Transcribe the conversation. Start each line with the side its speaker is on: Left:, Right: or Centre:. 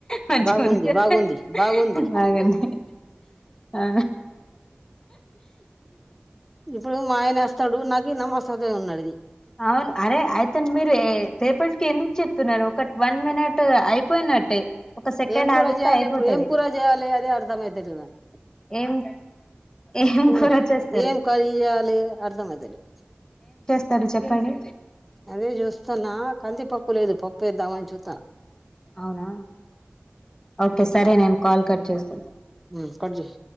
Left: మంచి
Centre: బాగుంది
Left: గ ఉంది కదే
Centre: బాగుంది బాగుంది
Left: బాగుంది అ
Centre: ఇప్పుడు మా ఆయనెస్తాడు నాకు నమ్మసదు ఉన్నడిది
Left: అవును అరే ఆయతన్ మీరు ఏ తేప్పటిక్కీను చెప్తున్నారు కట్ వన్ మినిట్ అయిపోయినట్టే ఒక సెకండ్
Centre: ఏం కూర
Left: ఆగితే
Centre: జేయాలి
Left: అయిపోతది
Centre: ఇప్పుడు ఏం కూర జేయాలి అదే అర్థ అయితలేదు నాకు
Left: ఏం ఏం
Centre: కూర
Left: చేస్తారు
Centre: ఏం కర్రీ జేయాలె అర్థమయితలె
Left: సారీ చెప్పండి
Centre: అదే చూస్తున్నా కంది పప్పు లేదు పప్పు వేద్దామని చుత్తన్న
Left: అవునా ఓకే సరే నేను కాల్ కట్ చేస్తా
Centre: ఉమ్ కట్ చెయ్